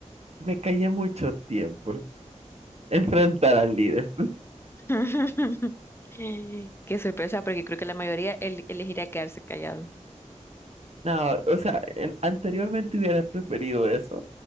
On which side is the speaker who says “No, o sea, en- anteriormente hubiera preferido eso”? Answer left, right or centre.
Right